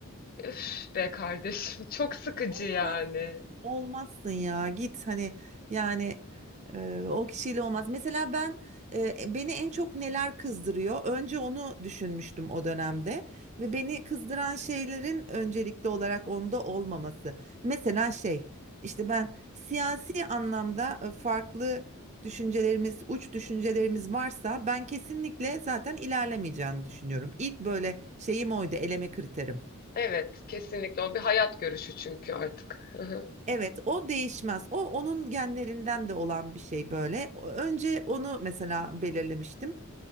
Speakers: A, on the left (about 45°); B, on the right (about 30°).
A: üf be kardeşim <laughs> çok sıkıcı
B: Olmazsın.
A: yani.
B: Olmazsın ya git hani yani e, o kişiyle olmaz. Mesela ben e, beni en çok neler kızdırıyor? Önce onu düşünmüştüm o dönemde ve beni kızdıran şeylerin öncelikli olarak onda olmaması. Mesela şey işte ben siyasi anlamda e, farklı düşüncelerimiz, uç düşüncelerimiz varsa ben kesinlikle zaten ilerlemeyeceğini düşünüyorum. İlk böyle şeyim oydu, eleme kriterim.
A: Evet kesinlikle o bir hayat görüşü çünkü artık. <laughs> Hı hı.
B: Evet, o değişmez. O onun genlerinden de olan bir şey böyle. Önce onu mesela belirlemiştim.